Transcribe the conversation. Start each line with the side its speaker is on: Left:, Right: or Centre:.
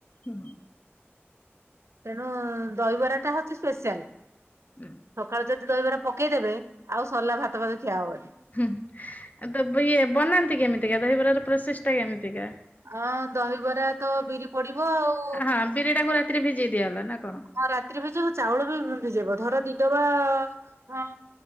Left: ହୁଁ।
Right: ତେଣୁ ଦହିବରାଟା ହଉଚି ସ୍ପେଶିଆଲ୍।
Left: ଉଁ।
Right: ସଖାଳୁ ଯଦି ଦହିବାର ପକେଇଦେବେ ଆଉ ସରିଲା ଭାତ ଭାତ ଖିଆ ଅବନି।
Left: ହୁଁ ତ ବ ଇଏ ବନାନ୍ତି କେମିତିକା ଦହିବରାର ପ୍ରୋସେସ୍ ଟା କେମିତିକା?
Right: ଅଁ ଦହିବରା ତ ବିରି ପଡିବ ଆଉ।
Left: ଅଁ ବିରିଟାକୁ ରା ତିରେ ଭିଜେଇ ଦିଆଏଲା ନା କଣ?
Right: ହଁ ରାତିରେ ଭିଜେଇବ ଚାଉଳ ବି ଭିଜେଇବ ଧର ଦି ଡବା ଅଁ